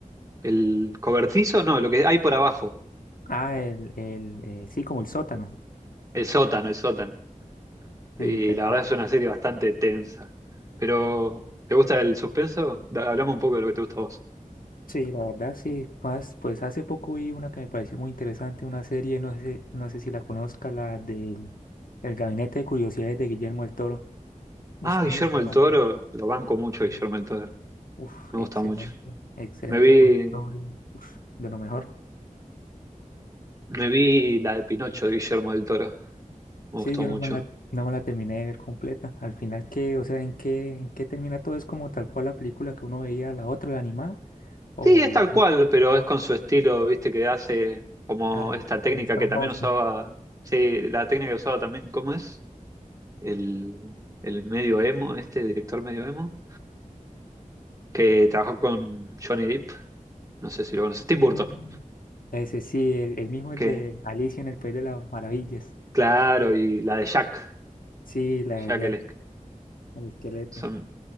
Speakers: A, on the right; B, on the left.
A: el cobertizo, no, lo que hay por abajo,
B: Ah, el, el, eh, sí, como el sótano.
A: el sótano, el sótano.
B: Sí,
A: Y
B: tal
A: la
B: cual.
A: verdad es una serie bastante tensa. Pero, ¿te gusta el suspenso? Da- Hablamos un poco de lo que te gusta a vos.
B: Sí, la verdad sí. Más, pues hace poco vi una que me pareció muy interesante, una serie, no sé, no sé si la conozca, la de El Gabinete de Curiosidades de Guillermo del Toro. Ush,
A: Ah,
B: muy
A: Guillermo
B: buena
A: el Toro,
B: serie.
A: lo banco mucho,
B: Sí.
A: Guillermo el Toro.
B: Uf,
A: Me
B: excelente,
A: gusta mucho.
B: excelente
A: Me vi,
B: productor, y, uf, de lo mejor.
A: me vi la de Pinocho de Guillermo del Toro. Me
B: Sí,
A: gustó
B: yo
A: mucho.
B: no me la, no me la terminé de ver completa. Al final, ¿qué? O sea, ¿en qué, en qué termina todo? ¿Es como tal cual la película que uno veía, la otra, la animada? ¿O
A: Sí, es tal cual, pero es con su estilo, viste, que hace como
B: ah, el
A: esta técnica
B: stop
A: que
B: motion?
A: también usaba. Sí, la técnica que usaba también, ¿cómo es? El, el medio emo, este director medio emo, que trabajó con Johnny Depp, no sé si lo conoces, Tim
B: Mm.
A: Burton,
B: Ese sí, el, el mismo, el
A: que,
B: de Alicia en el País de las Maravillas.
A: claro, y la de Jack,
B: Sí, la de
A: Jack
B: Jack,
A: el,
B: el esqueleto.
A: son,